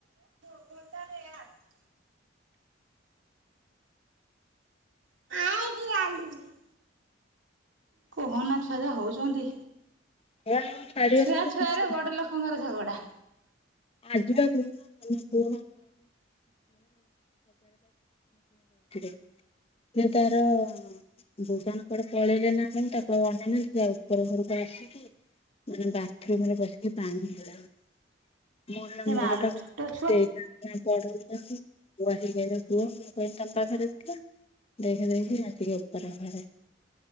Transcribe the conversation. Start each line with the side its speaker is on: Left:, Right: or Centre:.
Right: <inaudible> <inaudible> କହନା ଛୁଆ ଯାହା ହଉଚନ୍ତି
Left: ଖେଳେ ଛାଡିବେ
Right: ଛୁଆ
Left: ମାନେ
Right: ଛୁଆରେ
Left: ଛୁଆଙ୍କୁ
Right: ବଡ ଲୋକ ଙ୍କର ଝଗଡ଼ା।
Left: ଆଜି ପା କହୁଥିଲୁ <unintelligible> ସିଏ ତାର ଦୁକାନ କୁଆଡେ ପଳେଇଲେ ନା କଣ ତାକୁ ଆଉ ଅନେଇବେ ସିଏ ଆଉ ଉପର ଘରକୁ ଆସିକି ମାନେ ବାଥରୁମ୍ ରେ ପସିକି ପାଣି ହେଲା ମୁଁ ସିଆଡେ
Right: ଏ
Left: ମୁଣ୍ଡ
Right: ମାଲୋ
Left: ଟାକୁ
Right: ଛୋଟ
Left: <unintelligible>
Right: ଛୁଆ
Left: ପଢଉଚନ୍ତି ବଉ ଆସିକି କହିଲେ ପୁଅ ମୁଁ କହିଲି ତମ୍ ପାଖରେ ଥିଲା। ଦେଖେ ଦେଖେ ଆସିକି ଉପର ଘରେ।